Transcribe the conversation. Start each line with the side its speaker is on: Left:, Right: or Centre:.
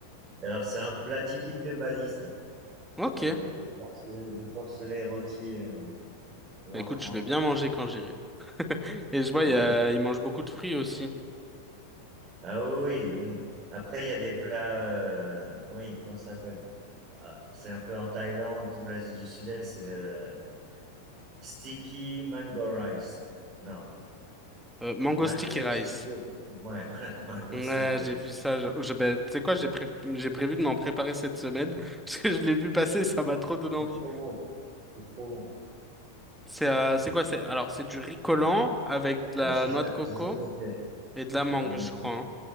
Right: alors c'est un plat typique de Bali, ça.
Centre: Ok,
Right: Le, le, porcelet, le porcelet rôti euh, lentement.
Centre: Bah, écoute, je vais bien manger quand j'irai. <laughs> Et je vois,
Right: On
Centre: il
Right: va
Centre: y a,
Right: y aller.
Centre: il mange beaucoup de fruits aussi.
Right: Ah oui, oui. oui. Après, il y a des plats, euh, oui, comment ça s'appelle? Ah, C'est un peu en Thaïlande, tout l'Asie du Sud-Est, c'est le sticky mango rice. Non,
Centre: Euh, mango
Right: mango
Centre: sticky rice.
Right: sticky. Ouais, <laughs> voilà, mango
Centre: Ouais,
Right: sticky rice.
Centre: j'ai vu ça. Je, je- ben, tu sais quoi, j'ai pré- j'ai prévu de m'en préparer cette semaine <laughs> parce que je l'ai vu passer, ça m'a trop donné envie.
Right: C'est trop bon, c'est trop bon.
Centre: C'est euh, c'est quoi? C'est alors c'est du riz collant avec de la
Right: Moi, je l'ai
Centre: noix
Right: ja-
Centre: de coco
Right: j'ai jamais fait.
Centre: et de la
Right: J'ai
Centre: mangue,
Right: jamais
Centre: je crois.
Right: fait.
Centre: hein.